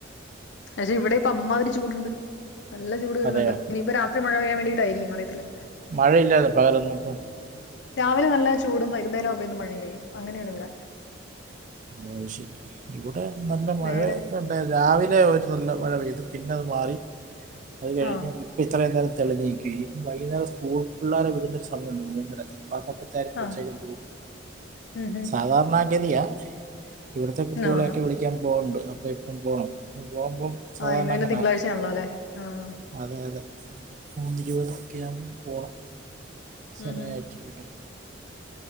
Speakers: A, on the left; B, on the right.
A: പക്ഷെ ഇവിടെ ഇപ്പം അമ്മാതിരി ചൂടുണ്ട് നല്ല ചൂട് വരുന്നുണ്ട്.
B: അതെയോ
A: ഇനിയിപ്പ രാത്രി മഴ പെയ്യാൻ വേണ്ടിട്ടായിരിക്കും അറിയത്തില്ല.
B: മഴയില്ലാതെ പകലൊന്നും ഇപ്പം
A: രാവിലെ നല്ല ചൂടും വൈകുന്നേരം ആവുബഴേക്കും മഴ പെയ്യും അങ്ങനെയാണ് ഇവിടെ
B: ആഹ് ശെരി. ഇവിടെ നല്ല മഴക്ക
A: നേരെ
B: ൺ പിന്നേ രാവിലെ ഒരു നല്ല മഴ പെയ്തു. പിന്നെ അത് മാറി. അത് കഴിഞ്ഞ്
A: ആ
B: ഇപ്പ ഇത്രയും നേരം തെളിഞ്ഞിക്കയ്ന്നു. വൈകുന്നരം സ്കൂൾ പിള്ളേരെ വിടുന്നരു സമയുണ്ട് മൂന്നര അപ്പാ ആസമയത് നേരത്
A: ആ
B: വെച്ചേക്കും പോവും
A: ഉം ഉം
B: സാധാരണഗതിയ ഇവിടുത്തെ കുട്ടികളെയൊക്കെ
A: ആ
B: വിളിക്കാൻ പോകുന്നുണ്ട്. അപ്പോ ഇപ്പം പോകണം പോകുമ്പം സാധാരണ
A: ആഹ് ഇന്ന് പിന്നെ
B: അങ്ങനെ
A: തിങ്കളാഴ്ച ആണല്ലോ അല്ലെ ആഹ്
B: അതെ അതെ ഇനിപ്പോ മൂന്ന് ഇരുപതൊക്കെ ആവുമ്പോ പോണം സമയ
A: ഉം ഉം
B: ആയിട്ടില്ലല്ലോ